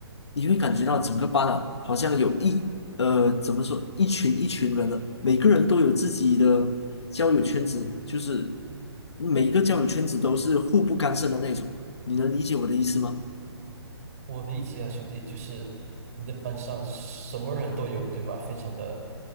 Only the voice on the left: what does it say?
你会感觉到整个班啊，好像有一呃怎么说一群一群人的，每个人都有自己的交友圈子，就是每个交友圈子都是互不干涉的那种，你能理解我的意思吗？